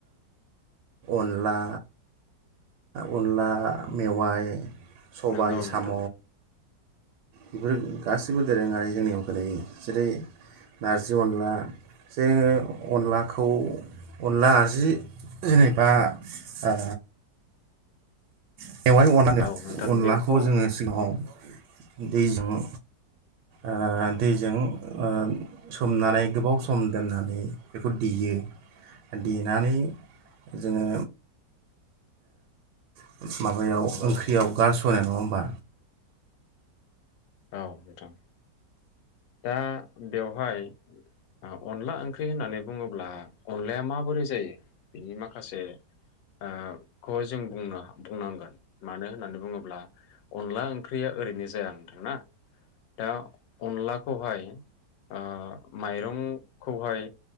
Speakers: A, on the right; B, on the left.
A: अनला अनला मेवाइ सबाय
B: नोंगौ
A: साम
B: नोंथां
A: बेफोर गासैबो दोरोङारि जोंनियाव गोलैयो जेरै नारजि अनला जोङो अनलाखौ अनला आरजि जेनेबा ओ <unintelligible>
B: औ नोंथां
A: अनलाखौ
B: बेखौ
A: जोङो सिगाङाव दैजों ओ दैजों ओ सोमनानै गोबाव सम दोननानै बेखौ देयो देनानै जोङो ओ माबायाव
B: नंगौ
A: ओंख्रियाव
B: नोंथां
A: गारसनो नङा होमबा।
B: औ नोंथां। दा बेवहाय ओ अनला ओंख्रि होननानै बुङोब्ला अनलाया माबोरै जायो बिनि माखासे ओ खौ जों बुंनो बुंनांगोन मानो होननानै बुङोब्ला अनला ओंख्रिया ओरैनो जाया। <unintelligible> दा अनला खौहाय ओ माइरंखौहाय